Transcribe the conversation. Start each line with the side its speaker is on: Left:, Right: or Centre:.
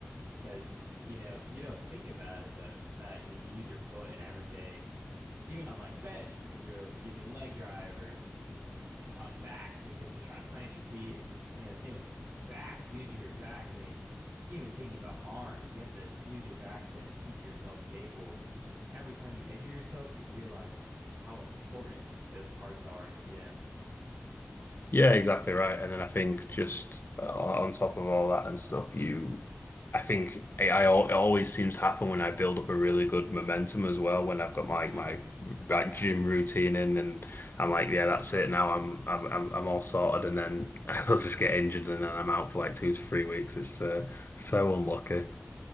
Right: because, you know, you don't think about it, but uh, I mean, you use your foot and everything, even on like bench because you're using leg drive or eh, on back because you're trying to plant your feet. And, s- you know, same with back. If you injure your back, I mean, even thinking about arms, you have to use your back to keep yourself stable. It's just like every time you injure yourself, you realize how important those parts are in the gym.
Left: Yeah, exactly right. And then I think just uh, on top of all that and stuff, you, I think I, I al- it always seems to happen when I build up a really good momentum as well. When I've got my
Right: <laughs>
Left: my that
Right: Yeah.
Left: gym routine in, and I'm like, yeah, that's it. Now I'm I'm I'm, I'm all sorted, and then <laughs> I'll just get injured, and then I'm out for like two to three weeks. It's uh, so unlucky.